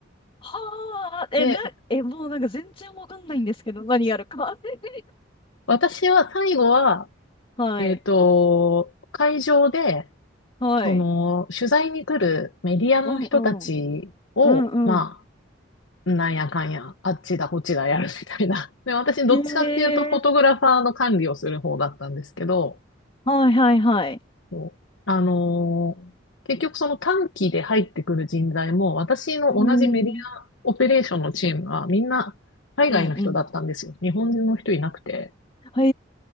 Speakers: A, on the left; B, on the left.
A: はあ、
B: な。
A: え、
B: で、
A: な、え、もうなんか全然わかんないんですけど、何やるか。<laughs>
B: 私は最後は、
A: はい。
B: えっと、会場で、
A: はい。
B: その、取材に来るメディアの人たちを、
A: うんうん。うんうん。
B: まあ、なんやかんや、あっちだこっちだやるみたいな。<laughs> で、私どっちかっていうとフォトグラファーの管理をする方だったんですけど、
A: へえ。はいはいはい。
B: そうあのー結局その短期で入ってくる人材も、私の同じメディアオペレーションのチームはみんな海外の人だったんですよ。
A: うん。うんう
B: 日本人の人いなくて。
A: ん。へ